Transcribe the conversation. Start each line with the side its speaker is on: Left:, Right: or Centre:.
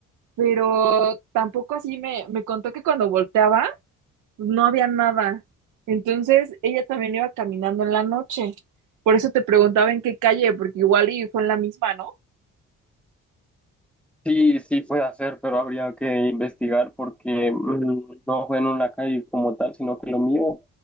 Right: pero tampoco así me, me contó que cuando volteaba no había nada. Entonces ella también iba caminando en la noche. Por eso te preguntaba en qué calle, porque igual y fue en la misma, ¿no?
Centre: Sí, sí fue hacer, pero habría que investigar porque mm, no fue en una calle como tal, sino que lo mío